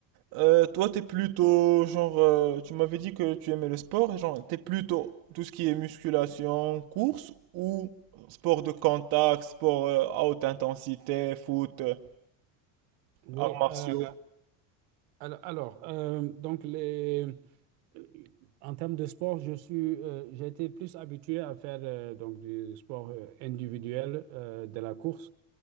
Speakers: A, on the right; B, on the right.
A: Euh, toi, t'es plutôt, genre, euh, tu m'avais dit que tu aimais le sport, et genre, t'es plutôt tout ce qui est musculation, course ou sport de contact, sport euh, à haute intensité, foot, euh,
B: oui.
A: arts martiaux.
B: euh, alors, alors, euh, donc les... Euh, En termes de sport, je suis, euh, j'ai été plus habitué à faire euh, donc du sport euh, individuel, euh, de la course.